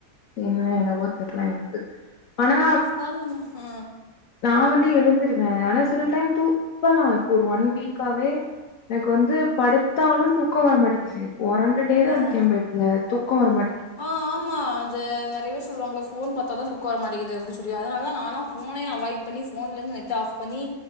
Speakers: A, on the left; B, on the left.
A: என்ன என்னவோ தெர்ல எனக்கு ஆனா
B: ஆன்ன ஹா
A: நா வந்து எழுந்தருவே ஆனா சில டைம் தூப்பல்லா இருக்கு ஒரு ஒன் வீக்காவே எனக்கு வந்து படுத்தாலு தூக்கோ வர மாட்டேங்கிது ஒறண்டு ட்டே தா
B: ஆ
A: இருக்கே பெட்ல தூக்கோ வர மாட்டேங்குது
B: ஆ ஆமா அது நிறைய பேர் சொல்லுவாங்கள்ள போன் பாத்தா தா தூக்க வர மாட்டேங்குது அப்டி சொல்லி அதனால தா நால்லா போனே அவாய்ட் பண்ணி போன்ல இருந்து நெட் ஆஃப் பண்ணி